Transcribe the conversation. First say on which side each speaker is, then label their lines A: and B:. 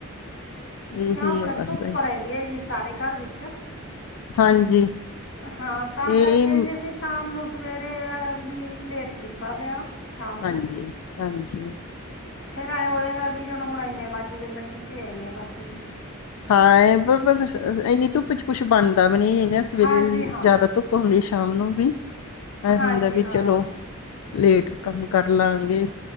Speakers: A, on the left; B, on the left.
A: ਇਹੀ
B: ਕਿਉਂ ਆਪਣੇ
A: ਹੈ ਬਸ
B: ਧੁੱਪ ਰਹਿੰਦੀ ਹੈ ਜੀ, ਸਾਰੇ ਘਰ ਵਿੱਚ
A: ਹਾਂਜੀ
B: ਹਾਂ, ਤਾਂ ਕਰਕੇ
A: ਇਹ
B: ਜੇ ਅਸੀਂ ਸ਼ਾਮ ਨੂੰ ਸਵੇਰੇ ਵੀ ਲੇਟ ਨਿਕਲਦੇ ਆਂ, ਹਾਂ
A: ਹਾਂਜੀ
B: ਨੂੰ
A: ਹਾਂਜੀ
B: ਫਿਰ ਐ ਹੋ ਜਾਂਦਾ ਵੀ ਹੁਣ ਇੰਨੇ ਵੱਜ ਗਏ ਮਿੰਟ ਚ ਇੰਨੇ ਵੱਜ ਗਏ
A: ਹਾਂ ਇੰਨੀ ਧੁੱਪ ਚ ਕੁੱਛ ਬਣਦਾ ਵੀ ਨੀ ਇਹ ਸਵੇਰੇ,
B: ਹਾਂਜੀ ਹਾਂ
A: ਜ਼ਿਆਦਾ ਧੁੱਪ ਹੁੰਣੀ, ਸ਼ਾਮ ਨੂੰ ਵੀ ਇਹ
B: ਹਾਂਜੀ
A: ਹੁੰਦਾ ਵੀ
B: ਹਾਂ
A: ਚਲੋ, ਲੇਟ ਕੰਮ ਕਰ ਲਾਂਗੇ